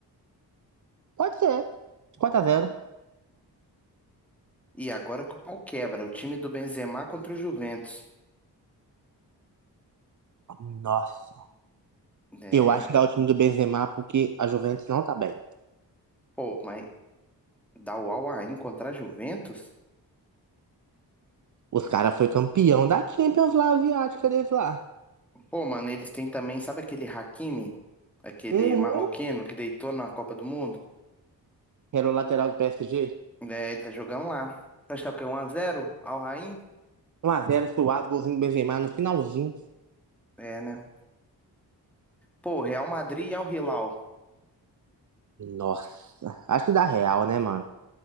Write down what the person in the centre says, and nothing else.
E agora que o pau quebra. O time do Benzema contra o Juventus.
É.
Pô, mas dá o Al Ain contra a Juventus?
Pô, mano, eles têm também, sabe aquele Hakimi? Aquele
marroquino que deitou na Copa do Mundo?
É, ele tá jogando lá. Acho que tá o quê? 1x0? Al Ain?
É, né? Pô, Real Madrid e Al Hilal.